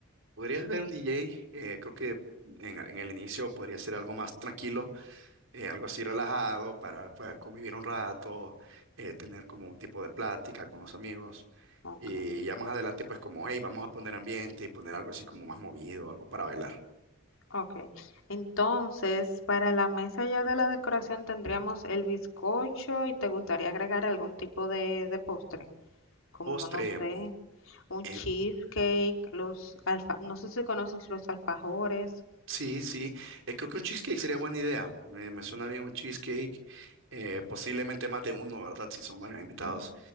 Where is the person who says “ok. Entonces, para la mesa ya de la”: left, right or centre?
Left